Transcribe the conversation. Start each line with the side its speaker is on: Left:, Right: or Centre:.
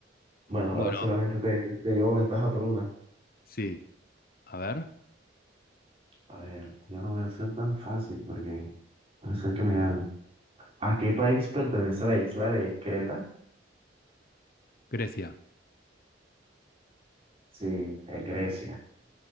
Right: bueno,
Left: Bueno,
Right: ahora solamente te, te llevo ventaja por una.
Left: sí, a ver,
Right: A ver, ya no voy a ser tan fácil porque puede ser que me ganen. ¿A qué país pertenece la isla de Creta?
Left: Grecia,
Right: Sí, es Grecia.